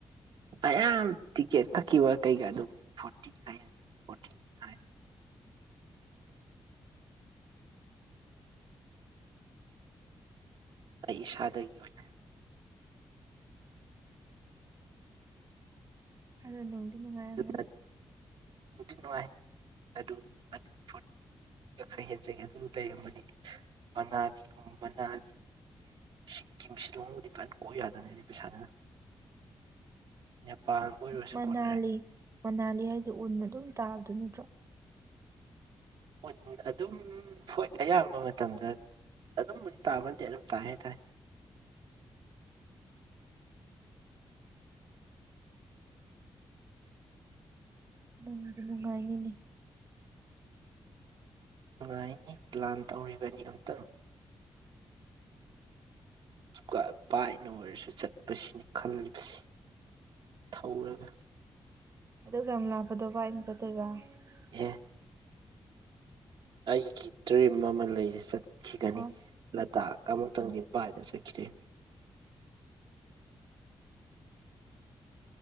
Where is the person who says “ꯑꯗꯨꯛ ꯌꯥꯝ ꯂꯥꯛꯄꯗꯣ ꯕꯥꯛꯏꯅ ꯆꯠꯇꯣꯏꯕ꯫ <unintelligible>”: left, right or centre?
Right